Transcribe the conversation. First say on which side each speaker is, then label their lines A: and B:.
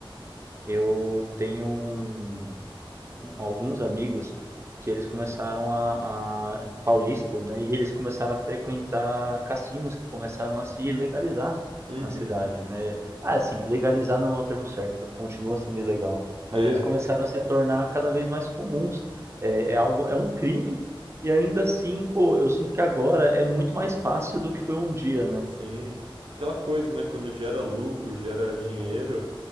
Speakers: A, on the right (about 30°); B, on the right (about 70°).
A: Eu tenho um, alguns amigos que eles começaram a, a paulistas, né? E eles começaram a frequentar cassinos que começaram a se legalizar
B: uhum.
A: na cidade, né? Ah, assim, legalizar não é o termo certo, continua sendo ilegal,
B: É,
A: mas eles começaram a se tornar cada vez mais comuns. É, é algo, é um crime e ainda assim, pô, eu sinto que agora é muito mais fácil do que foi um dia, né?
B: sim. Aquela coisa, né? Quando gera lucro, gera dinheiro,